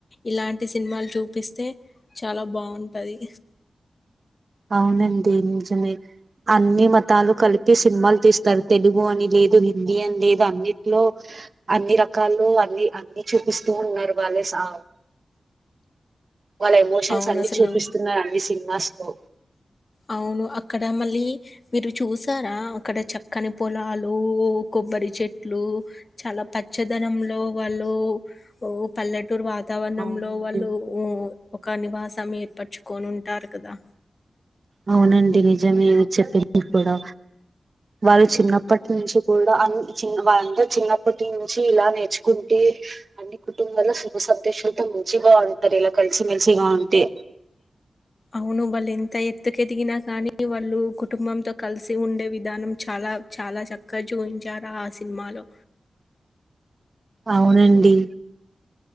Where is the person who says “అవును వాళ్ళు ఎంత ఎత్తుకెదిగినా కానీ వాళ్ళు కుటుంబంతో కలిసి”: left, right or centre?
Left